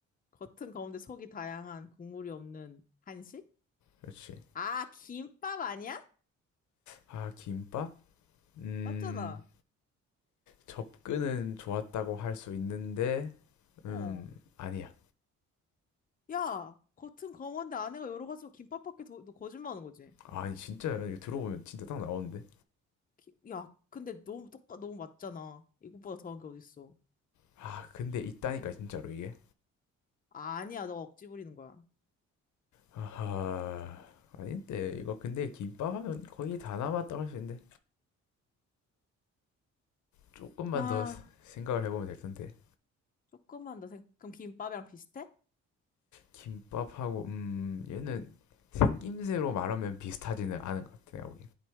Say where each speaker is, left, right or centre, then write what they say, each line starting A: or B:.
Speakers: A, on the left; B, on the left.
A: 겉은 검은데 속이 다양한 국물이 없는 한식?
B: 그렇지.
A: 아, 김밥 아니야?
B: 아, 김밥? 음,
A: 맞잖아.
B: 접근은 좋았다고 할 수 있는데, 음,
A: 어.
B: 아니야.
A: 야, 겉은 검은데 안에가 여러 가지고 김밥밖에 더, 너 거짓말하는 거지?
B: 아니, 진짜, 이거 들어보면 진짜 딱 나오는데.
A: 기- 야, 근데 너무 똑같, 너무 맞잖아. 이것보다 더한 게 어딨어.
B: 아, 근데 있다니까, 진짜로 이게.
A: 아니야, 너가 억지 부리는 거야.
B: 아하, 아닌데, 이거 근데 김밥 하면 거의 다 남았다고 할 수 있는데, 조금만
A: 아,
B: 더 생각을 해보면 될 텐데.
A: 조금만 더 생, 그럼 김밥이랑 비슷해?
B: 김밥하고 음 얘는 생김새로 말하면 비슷하지는 않은 것 같아 내가 보기엔